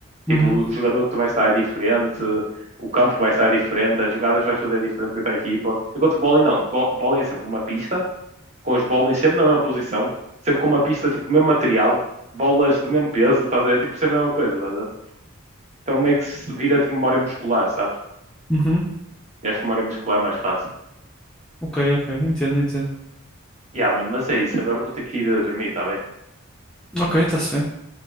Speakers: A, on the right; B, in the centre.
A: Tipo,
B: Uhum.
A: o jogador que tu vais estar é diferente, o campo vai estar diferente, as jogadas vais fazer diferente com a tua equipa. Enquanto bowling não, Go- bowling é sempre uma pista, com os bowling sempre na mesma posição, sempre com uma pista, tipo, mesmo material, bolas do mesmo peso, estás a ver? Tipo, sempre a mesma coisa, estás a ver? Então meio que se vira tipo memória muscular, sabes?
B: Uhum.
A: E acho que memória muscular é mais fácil.
B: Ok, ok. Entendo, entendo.
A: Yeah, mano, mas é isso. Agora vou ter que ir a dormir, tá bem?
B: Ok, está-se bem.